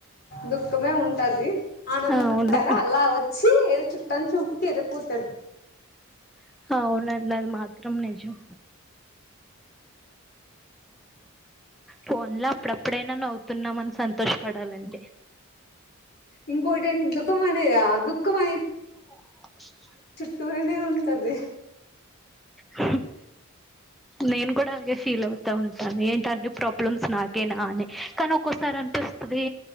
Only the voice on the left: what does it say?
దుఃఖమే ఉంటది ఆనందం
ఉంటార అలా వచ్చి చుట్టం చూపుకి వెళ్ళిపోతుంది
ఇంకోటి ఏంటి దుఃఖం అద దుఃఖంమయి
చట్టూరినే ఉంటది